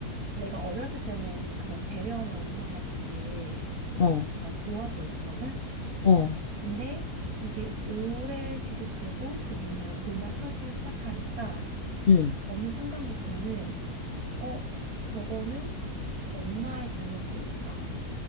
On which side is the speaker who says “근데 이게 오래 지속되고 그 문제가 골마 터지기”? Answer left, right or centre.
Right